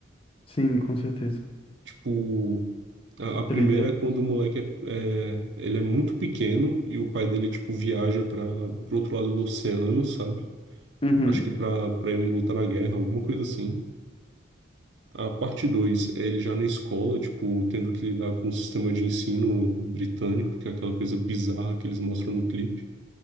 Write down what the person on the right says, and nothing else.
Tipo, a, a primeira
é quando o moleque é, é- ele é muito pequeno e o pai dele, tipo, viaja para pro outro lado do oceano, sabe?
Acho que pra, pra ir lutar na guerra, alguma coisa assim. A parte 2 é ele já na escola, tipo, tendo que lidar com o sistema de ensino britânico, que é aquela coisa bizarra que eles mostram no clipe.